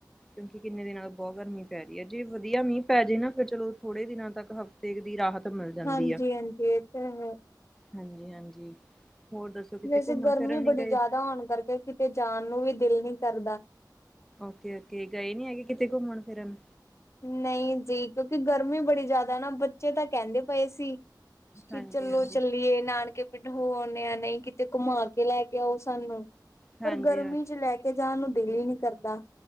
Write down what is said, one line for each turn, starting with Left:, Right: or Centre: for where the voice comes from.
Centre: ਕਿਉਂਕਿ ਕਿੰਨੇ ਦਿਨਾਂ ਤੋਂ ਬਹੁਤ ਗਰਮੀ ਪੈ ਰਹੀ ਐ, ਜੇ ਵਧੀਆ ਮੀਂਹ ਪੈ ਜਏ ਨਾਂ ਫਿਰ ਚਲੋ ਥੋੜੇ ਦਿਨਾਂ ਤੱਕ ਹਫ਼ਤੇ ਦੀ ਰਾਹਤ ਮਿਲ ਜਾਂਦੀ
Left: ਹਾਂਜੀ
Centre: ਆ।
Left: ਹਾਂਜੀ ਇਹ ਤਾਂ ਹੈ।
Centre: ਹਾਂਜੀ, ਹਾਂਜੀ ਹੋਰ ਦੱਸੋ ਕਿਤੇ
Left: ਵੈਸੇ
Centre: ਘੁੰਮਣ।
Left: ਗਰਮੀ
Centre: ਫਿਰਨ ਨੀ
Left: ਬੜੀ
Centre: ਗਏ?
Left: ਜ਼ਿਆਦਾ ਹੋਣ ਕਰਕੇ ਕਿਤੇ ਜਾਣ ਨੂੰ ਵੀ ਦਿਲ ਨ ਕਰਦਾ।
Centre: ਓਕੇ ਓਕੇ, ਗਏ ਨੀਂ ਹੈਗੇ ਕਿਤੇ ਘੁੰਮਣ ਫਿਰਨ।
Left: ਨਈਂ ਜੀ। ਕਿਉਂਕਿ ਗਰਮੀ ਬੜੀ ਜ਼ਿਆਦਾ ਨਾਂ ਬੱਚੇ ਤਾਂ ਕਹਿੰਦੇ ਪਏ ਸੀ। ਕਿ
Centre: ਹਾਂਜੀ
Left: ਚੱਲੋ
Centre: ਹਾਂਜੀ
Left: ਚੱਲੀਏ, ਨਾਨਕੇ ਹੋ ਆਨੇ ਆਂ, ਨਈਂ ਕਿਤੇ ਘੁੰਮਾ ਕੇ ਲੈ ਕੇ ਆਓ ਸਾਨੂੰ
Centre: ਹਾਂਜੀ
Left: ਪਰ ਗਰਮੀ
Centre: ਹਾਂ
Left: ਚ ਲੈ ਕੇ ਤੇ ਜਾਣ ਨੂੰ ਦਿਲ ਈ ਨੀਂ ਕਰਦਾ।